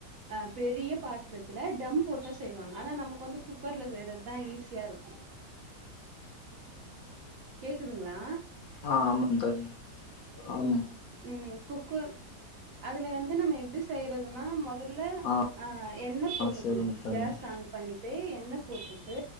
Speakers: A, on the right; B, on the left.
A: அ பெரிய பாத்திரத்தில டம் போட்டூ செய்வாங்க ஆனா நமக்கு வந்து குக்கர்ல செய்றது தா ஈஸியா இருக்கூ கேக்குதுங்ளா
B: ஆ ஆமா தோழி அம்
A: ம் குக்கர் அதுல வந்து நம்ம எப்டி செய்றதுனா மொதல்ல
B: ஆ
A: அ எண்ணெ போட்டுக்குணு
B: சரிங்க தோழி
A: கேஸ் ஆன் பண்ணிட்டு எண்ணெ போட்டுட்டு